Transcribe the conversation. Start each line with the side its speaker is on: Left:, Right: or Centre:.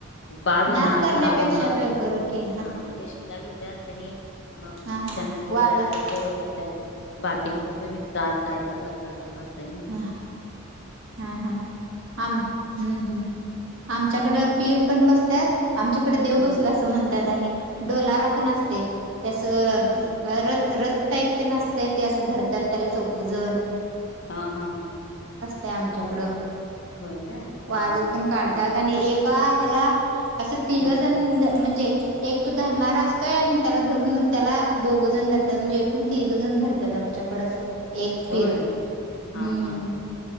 Left: बाद होणार
Right: नाच करण्यापेक्षा
Left: खराब होणार
Right: ब बरं की
Left: हा म ते शिग घेतात त्यांनी, मग
Right: हा हा
Left: त्यांना जेवढं
Right: वाळ
Left: लागेल
Right: हा
Left: तेवढं घेतात बाकीचं, कस विकतात कायत, करता तस असत्य नी
Right: हा हा हा हा आम हम्म हम्म आमच्याकडं पीर पण बसत्यात, आमच्याकडे देव
Left: हम्म
Right: बसला असं म्हणतात, आणि डोलारा पण असते. त्यासं
Left: होय
Right: रत रथ टाईप ते नसतय. ते असं धरतात त्याला चौघजण,
Left: हा हा
Right: ते आमच्याकडं
Left: होय काय
Right: वाजत
Left: हा हा सांग
Right: काढतात, आणि एका ह्याला असं तिघ
Left: हम्म
Right: जण म्हणजे, एक तो धरणार असतोय, आणि त्याला धरून त्याला दोघं जण धरतात म्हणजे एकूण तीघ जण धरतात. आमच्याकड एक
Left: होय
Right: पीर
Left: हा
Right: हम्म,
Left: हा